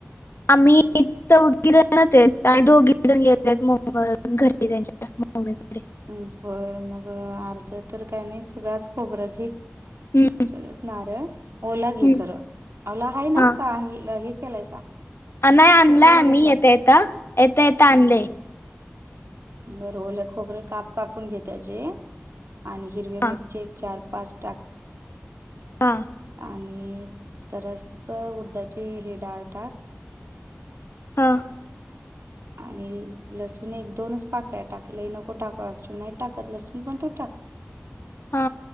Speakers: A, on the left; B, on the right.
A: आम्ही इथं चौघी जणचहेत आणि दोघी जण गेलेत घरीचे त्यांच्या. मुंबईकडे
B: बर मग अर्ध तर काही नाहि खोबरं घे.
A: हम्म
B: सगळंच नारळ ओला घे
A: हम्म
B: खरं, ओला हायना?
A: हा
B: का आण हे केलायसा
A: नाही आणलाय
B: सुकलेला
A: आम्ही
B: घेतलाय
A: येता येता, येता येता आणलंय.
B: हम्म, बरं ओलं खोबरे काप कापून घे त्याचे आणि हिरव
A: हा
B: मिरचे चार पाच टाक.
A: हां.
B: आणि जरासं उडदाची हे डाळ टाक.
A: हम्म.
B: आणि लसूण एक दोनच पाकळ्या टाक, लय नको टाकू नाही टाकत लसून पण तू टाक.
A: हा